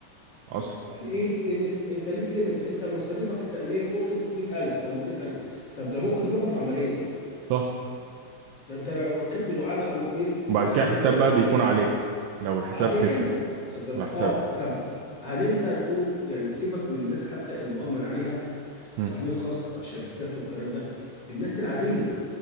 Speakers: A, on the right; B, on the left.
A: اصلا
B: يعني ايه ليك ليميت انت ليك ليميت انت مصاريفك التأمينية ممكن 100000 او 200000 طب ده ممكن يروحوا في عملية
A: صح
B: ده انت لو ركبت دعامة او اتنين
A: وبعد
B: راح
A: كده
B: المبلغ
A: حساب
B: ده
A: بقى
B: فيه
A: بيكون عليك لو الحساب
B: عليك
A: كتر
B: انت واخد بالك
A: على حسابك
B: اه طب هننسى نقول يعني سيبك من الناس حتى المؤمن عليها
A: امم
B: تأمين خاص تبع شركات والكلام ده الناس العادية